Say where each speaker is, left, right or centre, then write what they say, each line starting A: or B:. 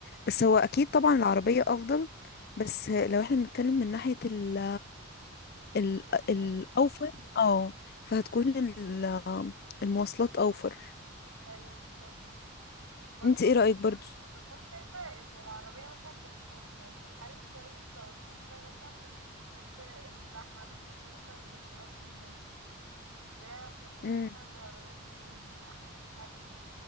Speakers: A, on the left; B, on the right.
A: بس هو
B: مم.
A: أكيد طبعا العربية أفضل بس لو احنا بنتكلم من ناحية ال ال
B: ماديات
A: الأوفر اه فهتكون ال- المواصلات أوفر
B: ايوه بالظبط برضه
A: انت ايه
B: بكون
A: رأيك برضو؟
B: بكون شايفة ان العربية مثلا بتكون يعني حل كويس لو الشخص ده مثلا مش بيحب الزحمة مش بيحب مثلا الاختلاط بالناس فبكون
A: مم.
B: شايفة ان العربية بتكون احسن حل